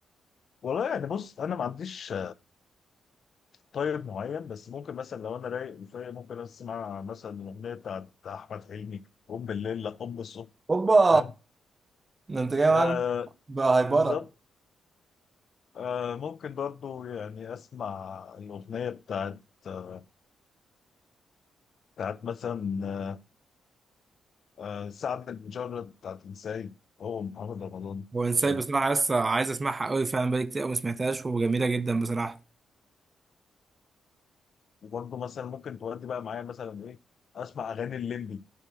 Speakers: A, on the left; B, on the right.
A: والله يعني بص انا ما عنديش طيب معين بس ممكن مثلا لو انا رايق كفايه ممكن اسمع مثلا الاغنيه بتاعت احمد حلمي قوم بالليل لا قوم بالصبح
B: اوبا
A: فاهم
B: ده انت جاي
A: آه
B: معاك بهايبرة
A: بالظبط آه ممكن برضو يعني اسمع الاغنيه بتاعت آه بتاعت مثلا آه سعد المجرد بتاعت انساي هو محمد رمضان
B: وانساي
A: فاهم
B: بصراحه لسه عايز اسمعها قوي فعلا بقالي كتير قوي ما سمعتهاش وجميله جدا بصراحه
A: وبرضو مثلا ممكن تودي بقى معايا مثلا ايه اسمع اغاني الليمبي